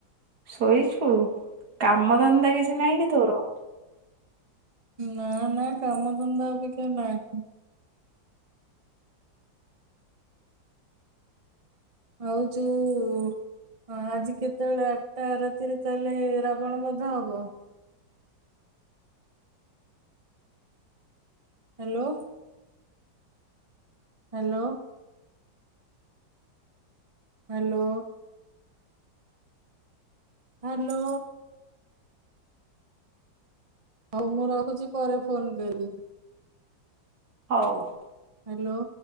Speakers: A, on the right (about 55°); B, on the right (about 30°).
A: ଶୋଇଛୁ? କାମଧନ୍ଦା କିଛି ନାଇଁ କି ତୋର?
B: ନାଁ ନାଁ କାମ ଧନ୍ଦା ଅବିକା ନାହିଁ। ଆଉ ଯୋଉ ହଁ ଆଜି କେତେବେଳେ ଆଠଟା ରାତିରେ ତା ହେଲେ ରାବଣ ବଦ୍ଧ ହବ? ହ୍ୟାଲୋ। ହ୍ୟାଲୋ। ହ୍ୟାଲୋ। ହ୍ୟାଲୋ। ହଉ ମୁଁ ରହୁଛି ପରେ ଫୋନ୍ କରିବି।
A: ହଉ।
B: ହ୍ୟାଲୋ।